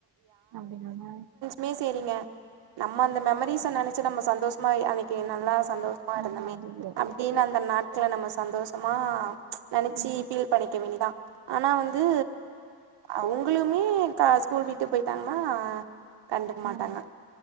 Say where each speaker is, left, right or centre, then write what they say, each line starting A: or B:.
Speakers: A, on the right; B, on the right.
A: அப்டி நம்ம
B: மே சேரிங்க நம்ம அந்த மெமரீஸ நெனைச்சி நம்ம சந்தோஷ்மாய் அன்னைக்கி நல்லா சந்தோஷ காரணமே
A: நல்லா இருந்தது
B: அப்டின் அந்த நாட்கள நம்ம சந்தோஷமா நெனைச்சீ
A: ம்
B: ஃபீல் பண்ணிக்க வேண்டிதா ஆனா வந்து அவங்களுமே க ஸ்கூல் விட்டு பொயிட்டாங்கனா கண்டுக்க
A: ஆமா
B: மாட்டாங்க